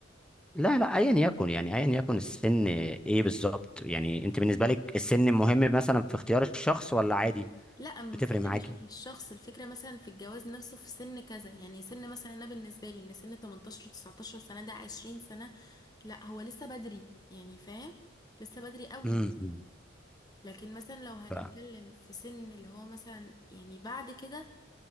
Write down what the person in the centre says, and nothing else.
لا لا ايا يكن يعني ايا يكن السن ايه بالظبط يعني انت بالنسبه لك السن مهم مثلا في اختيار الشخص ولا عادي
بتفرق
معاكي
امم
ف